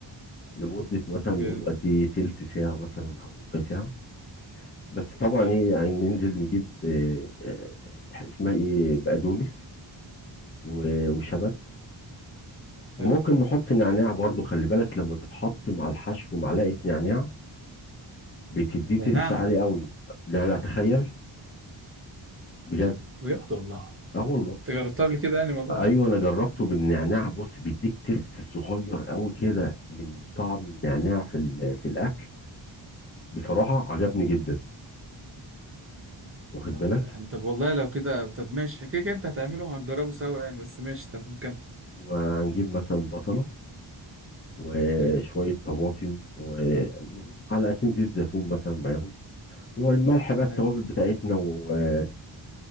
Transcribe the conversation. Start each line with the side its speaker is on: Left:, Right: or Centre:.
Left: لمدة مثلا نقول
Right: جامد
Left: قد ايه تلت ساعة مثلا او ربع ساعة بس طبعا
Right: حلو
Left: ايه يعني ننزل نجيب اه، اه، اسمها ايه بقدونس و- وشبت
Right: حلو
Left: وممكن نحط نعناع برضو خلي بالك لما بيتحط مع الحشو معلقة نعناع بتديه
Right: نعم
Left: تيست عالي قوي ده انا اتخيل بجد
Right: بجد والله
Left: اه والله
Right: انت جربتها قبل كده يعني الموضوع
Left: ايوه
Right: ده؟
Left: انا جربته بالنعناع بص بيديك تيست صغير قوي كده من طعم النعناع في ال- في الاكل بصراحه عجبني جدا واخد
Right: لا
Left: بالك
Right: والله يعني طب والله لو كده طب ماشي كده كده انت هتعمله هنجربه سوا يعني بس ماشي تمام كمل
Left: وهنجيب مثلا بصله وشويه
Right: حلو
Left: طماطم ومعلقتين زيت زيتون مثلا معاهم والملح بقى التوابل
Right: حلو
Left: بتاعتنا وانت